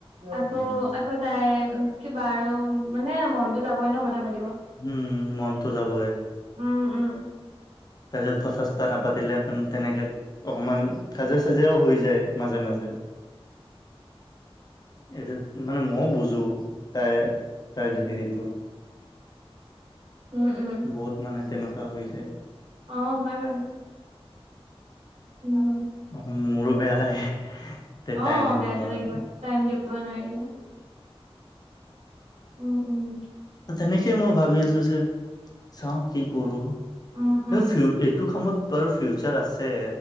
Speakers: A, on the right; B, on the left.
A: আকৌ-আকৌ।
B: উম
A: তাই কিবা আৰু বাৰ মানে মনতো যাবই ন কথা পাতিব।
B: উম, মনটো যাব।
A: উম উম
B: তাৰপিছত কথা চ্তা নাপাতিলে অকমান তেনেকে অকণমান কাজিয়া চাজিয়াও হৈ যায় মাজে-মাজে, এইটো মানে মইও বুজোঁ তাইৰ তাইৰ হেৰিটো।
A: উম উম।
B: বহুত মানে তেনেকুৱা হৈ যায়
A: অ হয় বাৰু, উম।
B: অক মোৰো বেয়া লাগে। তে
A: অ
B: টাইম দিব
A: বেয়াতো
B: নোৱাৰো
A: লাগিবই। টাইম দিব নোৱাৰিলে, উম উম।
B: তেনেকে মই ভাবি আছো যে চাওঁ কি কৰো?
A: উম উম
B: এ ফিও এ টো কামত টৰ ফিউচাৰ আছে।